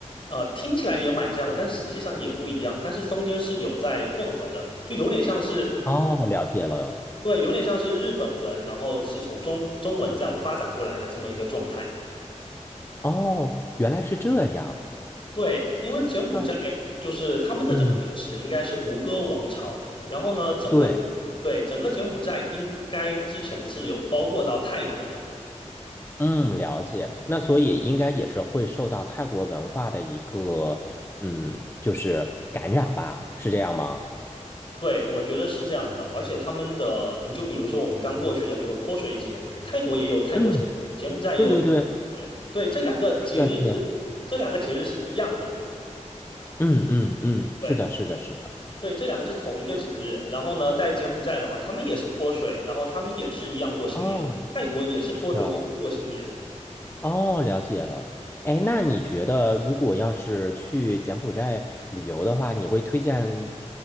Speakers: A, on the left (about 45°); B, on the left (about 20°).
A: 呃，听起来也蛮像的，但是实际上也不一样。但是中间是有在混合的，就有点像是
B: 哦，了解了。
A: 对，有点像是日本文，然后是从中中文这样发展过来的这么一个状态。
B: 哦，原来是这样。
A: 对，因为柬埔寨就是他们的整个历史应该是吴哥王朝，
B: 嗯，嗯，
A: 然后呢，整个对整个柬埔寨应该之前是有包括到泰国的。
B: 对，嗯，了解。那所以应该也是会受到泰国文化的一个，嗯，就是感染吧，是这样吗？
A: 对，我觉得是这样的，而且他们的，你就比如说我们刚过去的那个泼水节，泰国也有泰国新年，
B: 嗯，
A: 柬埔寨也有柬埔寨新年，
B: 对对对，
A: 对，这两个节日是这两个节日是一样的。
B: 是的，是的，嗯嗯嗯，
A: 对，
B: 是的，是的，是的。
A: 对，这两个是同一个节日。然后呢，在柬埔寨的话，他们也是泼水，然后他们也是一样过新年。
B: 哦。
A: 泰国也是泼水，
B: 是啊，
A: 也是过新年。
B: 哦，了解了。哎，那你觉得如果要是去柬埔寨旅游的话，你会推荐